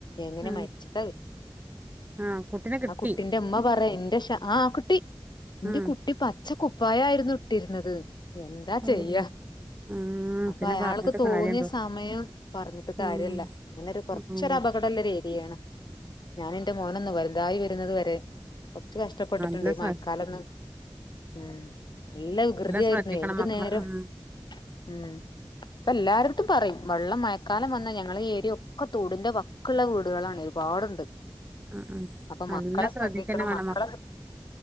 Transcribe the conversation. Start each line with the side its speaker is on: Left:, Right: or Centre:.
Left: എങ്ങനെ
Right: ആ
Left: മരിച്ചിട്ടാ കി
Right: ആ കുട്ടിനെ കിട്ടി
Left: ആ കുട്ടിന്റെ ഇമ്മ പറയാ ഇന്റെ ഷാ ആഹ് കുട്ടി ഇന്റെ
Right: ആ
Left: കുട്ടി പച്ച കു പ്പായായിരുന്നു ഇട്ടിര്ന്നത് എന്താ
Right: ഓ
Left: ചെയ്യാ
Right: ആ
Left: അപ്പൊ
Right: പിന്നെ
Left: അയാൾക്ക്
Right: പറഞ്ഞിട്ട്
Left: തോന്നിയ
Right: കാര്യണ്ടോ
Left: സമയം പർഞ്ഞിട്ട് കാര്യല്ല
Right: ഉം
Left: അങ്ങനൊരു കൊർച്ചൊരപകടള്ളൊരു
Right: ഉം
Left: ഏരിയേണ് ഞാന് ന്റെ മോനൊന്ന് വലുതായി വരുന്നത് വരെ കൊർച്ച് കഷ്ടപ്പെട്ടിട്ടുണ്ട്
Right: നല്ല
Left: ഈ
Right: ശ്ര
Left: മയക്കാലൊന്ന് ഉം നല്ല വികൃതിയായിരുന്നെ
Right: ശ്രദ്ധിക്കണം
Left: ഏത്
Right: മക്കളെ
Left: നേരം
Right: ഉം
Left: ഉം ഇപ്പെല്ലാരെട്ത്തും പറയും വെള്ളം മഴ ക്കാലം വന്നാ ഞങ്ങള ഈ ഏരിയ ഒക്കെ തോടിന്റെ വക്ക്ള്ള വീടുകളാണ് ഒരുപാട്ണ്ട്.
Right: ഉം ഉം
Left: അപ്പൊ
Right: നല്ല
Left: മക്കളെ
Right: ശ്രദ്ധിക്കന്നെ
Left: സ്രദ്ധിക്കണം
Right: വേണം
Left: മക്കളെ സ്ര